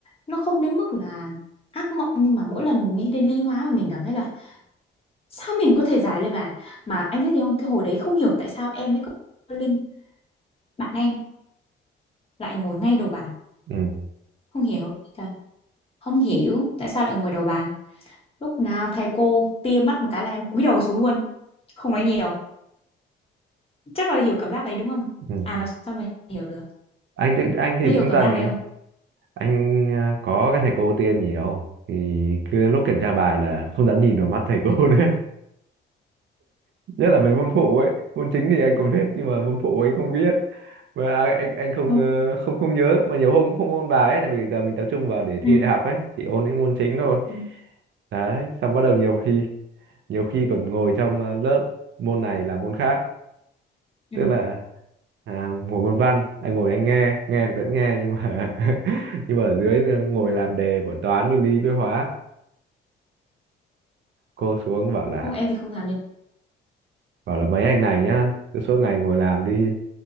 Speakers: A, on the left; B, on the right.
A: nó không đến mức là ác mộng nhưng mà mỗi lần nghĩ đến lý hóa mà mình cảm thấy là sao mình có thể giải lên bàn mà anh biết gì không cái hồi đấy không hiểu tại sao em với cô Linh bạn em lại ngồi ngay đầu bàn
B: ừ,
A: không hiểu trời không hiểu tại sao lại ngồi đầu bàn lúc nào thầy cô tia mắt một cái là em cúi đầu xuống luôn không nói nhiều chắc là hiểu cảm giác đấy đúng không
B: ừ.
A: à là sao mà hiểu được
B: anh thì- anh thì
A: nó hiểu
B: cũng
A: cảm
B: toàn
A: giác đấy
B: anh à, có cái thầy cô tia nhiều thì cứ lúc kiểm tra bài là không dám nhìn vào mắt thầy cô nữa nhất là mấy môn phụ ấy môn chính thì anh còn biết nhưng mà môn phụ ấy không biết mà à, anh anh không
A: không
B: ờ, không không nhớ mà nhiều hôm cũng không ôn bài ấy tại vì giờ mình tập trung vào để thi
A: ừ
B: đại học ấy chỉ ôn những môn chính thôi
A: ừ
B: đấy xong bắt đầu nhiều khi nhiều khi còn ngồi trong ờ, lớp môn này làm môn khác
A: ừ
B: tức là à, ngồi môn văn anh ngồi anh nghe nghe thì vẫn nghe nhưng mà <laughs> nhưng mà ở dưới ờ, ngồi
A: ừ.
B: làm đề của toán với lý với hóa cô xuống bảo là
A: không em thì không làm như
B: bảo là mấy anh này nhá cứ suốt ngày ngồi làm đi